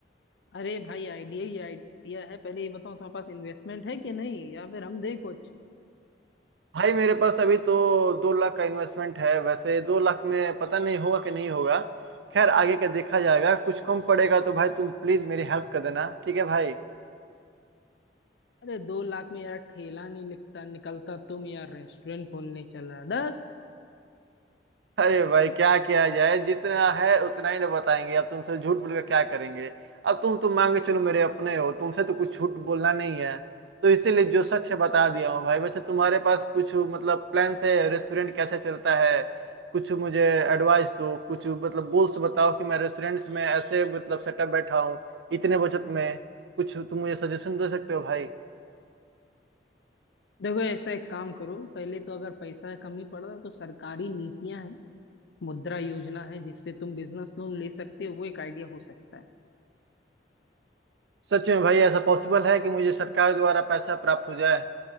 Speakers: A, on the left (about 75°); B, on the right (about 80°).
A: अरे भाई आइडिया ही आइडिया है पहले ये बताओ तुम्हारे पास इन्वेस्टमेंट है कि नहीं या फिर हम दे कुछ
B: भाई मेरे पास अभी तो दो लाख का इन्वेस्टमेंट है वैसे दो लाख में पता नहीं होगा कि नहीं होगा खैर आगे का देखा जाएगा कुछ कम पड़ेगा तो भाई तुम प्लीज मेरी हेल्प कर देना ठीक है भाई
A: अरे दो लाख में यार ठेला नहीं लिखता निकलता तुम यार रेस्टोरेंट खोलने चला डर
B: अरे भाई क्या किया जाए जितना है उतना ही ना बताएंगे अब तुमसे झूठ बोल के क्या करेंगे अब तुम तो मान के चलो मेरे अपने हो तुमसे तो कुछ झूठ बोलना नहीं है तो इसीलिए जो सच है बता दिया हूँ भाई वैसे तुम्हारे पास कुछ मतलब प्लान्स है रेस्टोरेंट कैसे चलता है कुछ मुझे एडवाइस दो कुछ मतलब गोल्स बताओ कि मैं रेस्टोरेंट्स में ऐसे मतलब सेटअप बैठा हूँ इतने बचत में कुछ तुम मुझे सजेशन दे सकते हो भाई
A: देखो ऐसा एक काम करो पहले तो अगर पैसा कमी पड़ रहा है तो सरकारी नीतियां हैं मुद्रा योजना है जिससे तुम बिजनेस लोन ले सकते हो वो एक आइडिया हो सकता है
B: सच में भाई ऐसा पॉसिबल है कि मुझे सरकार द्वारा पैसा प्राप्त हो जाए